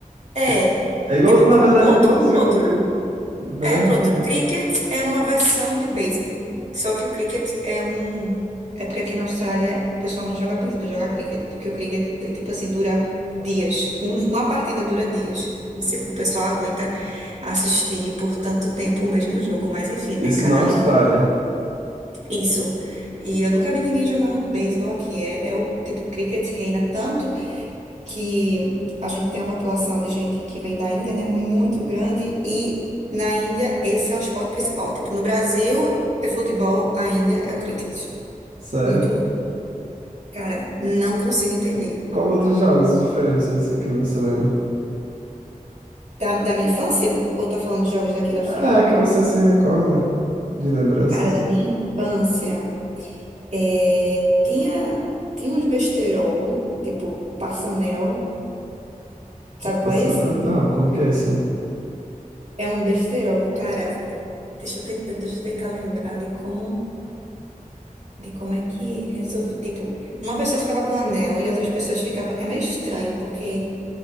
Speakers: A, on the right; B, on the right.
A: Tipo,
B: É.
A: é igual,
B: Tipo,
A: na verdade,
B: pronto,
A: é igualzinho
B: pronto.
A: um beisebol. Melhor
B: É, pronto.
A: referência.
B: Cricket é uma versão de beisebol. Só que o cricket é um. É porque aqui na Austrália o pessoal não joga beisebol, joga cricket. Porque o cricket, ele tipo assim, dura dias. Um- uma partida dura dias. Não sei como o pessoal aguenta assistir por tanto tempo o mesmo jogo, mas enfim, né?
A: Isso
B: Cada
A: na Austrália.
B: um. Isso. E eu nunca vi ninguém jogando beisebol aqui. É, é o tipo, cricket reina tanto que a gente tem uma população de gente que vem da Índia, né, muito grande e na Índia esse é o esporte principal. Tipo, no Brasil é futebol, a Índia é o cricket.
A: Sério.
B: Muito louco. Cara, não consigo entender.
A: Qual outros jogos diferentes, assim, que você lembra?
B: Da, da minha infância? Ou tá falando de jogos daqui da Austrália?
A: Ah, que você se recorda de lembranças.
B: Cara, da minha infância, é, tinha, tinha uns besterol, tipo passanel. Sabe
A: Passa...
B: qual é esse?
A: Não, como que é isso daí?
B: É um besterol. Cara, deixa eu tentar, deixa eu tentar lembrar de como. De como é que resolvi. Tipo, uma pessoa ficava com o anel e outras pessoas ficavam. É meio estranho, porque